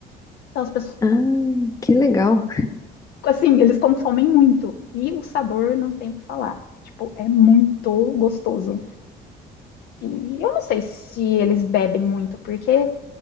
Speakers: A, on the left (about 70°); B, on the left (about 20°).
A: Então as pessoas,
B: Ah, que legal.
A: assim, eles consomem muito. E o sabor não tem o que falar. Tipo, é muito gostoso. E eu não sei se eles bebem muito, porque